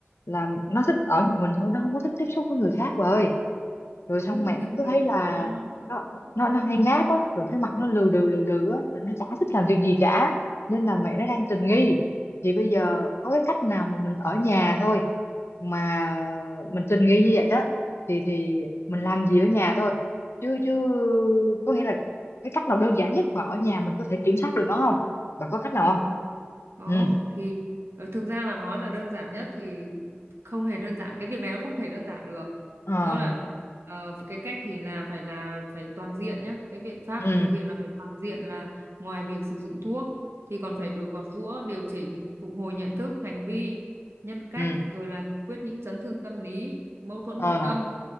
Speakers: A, on the left; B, on the right.
A: là nó thích ở một mình thôi nó không có thích tiếp xúc với người khác rồi rồi
B: Đúng
A: xong mẹ
B: những
A: nó cứ
B: người
A: thấy là
B: chuyện nó nó
A: nó nó nó hay ngáp á rồi cái mặt nó lừ đừ lừ đừ á rồi nó chả thích làm việc gì cả nên là mẹ nó đang tình nghi thì bây giờ có cái cách nào mà mình ở nhà thôi mà mình tình nghi như vậy đó thì thì mình làm gì ở nhà thôi chứ chứ có nghĩa là cái cách nào đơn giản nhất mà ở nhà mình có thể kiểm soát được nó không bà có cách
B: ừ.
A: nào không
B: Có
A: ừ
B: thì ờ, thực ra là nói là đơn giản nhất thì không hề đơn giản cái việc này nó không thể đơn giản được
A: ờ
B: đó là ờ, cái cách thì là phải là phải toàn diện nhá cái biện pháp
A: ừ
B: thực hiện là phải toàn diện là ngoài việc sử dụng thuốc thì còn phải được gọt giũa điều chỉnh phục hồi nhận thức hành vi nhân cách
A: ừ
B: rồi là giải quyết những chấn thương tâm lý mâu thuẫn
A: ờ
B: nội tâm